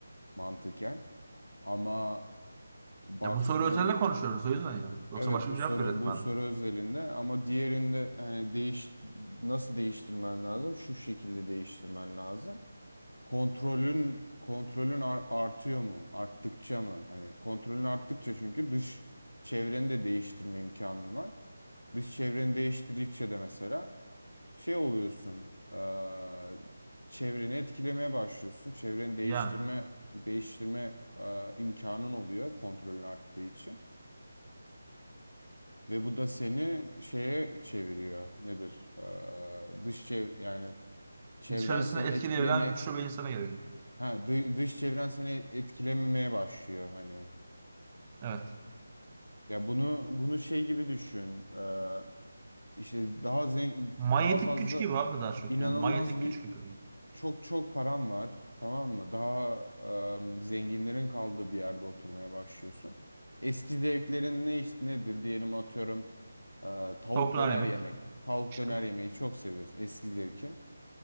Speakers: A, on the left; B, on the right.
A: mantıken. Ama baktığın
B: Ya bu soru üzerine konuşuyoruz o yüzden yani. Yoksa
A: evet
B: başka
A: bu
B: bir
A: soru
B: cevap verirdim
A: bu
B: ben
A: soru
B: de.
A: özelinde ama diğerinde hani değiş nasıl değiştirmen lazım? Şu şekilde değiştirmen lazım kontrolün kontrolün ar- artıyor mu? Arttıkça mı? Hani kontrolün arttıkça çünkü dış çevreni de değiştirme imkanın var. Dış çevreni değiştirdikçe de mesela şey oluyorsun. eee, çevreni etkilemeye başlıyorsun. Çevreni değiştirme
B: Yani
A: değiştirme eee, imkanın oluyor kontrolün arttığı için. Ve bu da seni şeye çeviriyor. Nedir? Eee, dış çev yani çevren
B: dışarısını
A: seni
B: etkileyebilen
A: etkileme
B: güçlü bir insana gerekiyor.
A: Ha, dı- dış çevren seni etkilememeye başlıyor hani.
B: Evet.
A: Ya bunu bunu şey gibi düşün. Ee, işte daha zengin,
B: Manyetik
A: daha fazla
B: güç gibi abi daha çok
A: inanılmaz
B: yani. Manyetik
A: bir
B: güç gibi.
A: çok çok param var, tamam mı? Daha em, zenginlerin kaldığı bir yerde oturmaya başlıyorsun. Eski zevklerin ne nedir diyelim atıyorum e, tavuk
B: Tavuk döner
A: döner
B: yemek.
A: yemek. Tavuk
B: İşte
A: döner
B: bu.
A: yemeyi çok seviyorsun eski zevkin